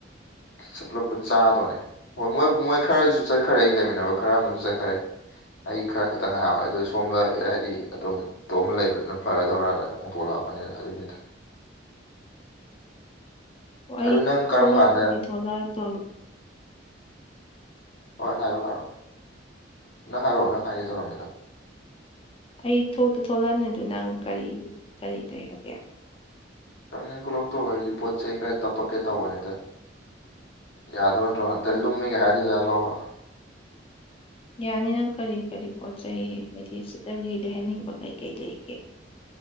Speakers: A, on the left (about 75°); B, on the left (about 30°).
A: ꯁꯄꯂ ꯄꯨꯟ ꯆꯍ ꯇꯣꯅꯦ ꯍꯣꯏ ꯃꯣꯏ ꯃꯣꯏ ꯈꯔꯁꯨ ꯆꯠꯈꯔꯦ ꯑꯩ ꯂꯩꯃꯤꯟꯅꯕ ꯈꯔ ꯑꯃꯁꯨ ꯆꯠꯈꯔꯦ꯫ ꯑꯩ ꯈꯔ ꯈꯛꯇꯪ ꯉ ꯍꯥꯏꯔꯋꯦ ꯑꯗꯨꯗꯣ ꯁꯣꯝꯗ ꯍ ꯍꯥꯏꯗꯤ ꯑꯗꯨꯝ ꯇꯣꯝꯕ ꯂꯩꯕꯅꯤꯅ ꯐꯔꯗꯧꯔ ꯍꯣꯡꯇꯣꯛꯂꯛꯑꯕꯅꯤꯅ ꯑꯗꯨꯅꯤꯗ
B: ꯀꯏ
A: ꯑꯗꯨ ꯅꯪ ꯀꯔꯝ
B: ꯀꯂꯞ
A: ꯀꯥꯟꯗ
B: ꯈꯨ ꯊꯙꯂꯥ ꯗꯔ
A: ꯍꯣꯏ ꯍꯥꯏꯔꯣꯑꯣ ꯍꯥꯏꯔꯛꯑꯣ ꯅꯪ ꯍꯥꯏꯔꯛꯑꯣ ꯅꯪ ꯍꯥꯏꯒꯦ ꯇꯧꯔꯝꯃꯤꯗꯣ
B: ꯑꯩ ꯊꯣꯛꯇꯤ ꯊꯣꯛꯂꯛꯑꯅꯤ ꯑꯗꯣ ꯅꯪ ꯀꯔꯤ ꯀꯔꯤ ꯂꯩꯔꯒꯦ꯫
A: ꯆꯪꯉ ꯊꯣꯛꯂꯛꯇꯣ ꯍꯥꯏꯗꯤ ꯄꯣꯠ ꯆꯩ ꯈꯔ ꯇꯞꯄꯛꯀꯦ ꯇꯧꯕꯅꯤꯗ ꯌꯥꯗꯣꯏ ꯅꯠꯇ꯭ꯔꯣ ꯍꯟꯇꯛ ꯂꯨꯝꯃꯤꯒꯦ ꯍꯥꯏꯗꯣꯏꯖꯥ ꯂꯥꯛꯑꯣ
B: ꯌꯥꯅꯤ ꯅꯪ ꯀꯔꯤ ꯀꯔꯤ ꯄꯣꯠ ꯆꯩꯩ ꯍꯥꯏꯗꯤ ꯁꯤꯗꯒꯤ ꯂꯩꯍꯟꯅꯤꯡꯕ ꯀꯩ ꯀꯩ ꯂꯩꯒꯦ꯫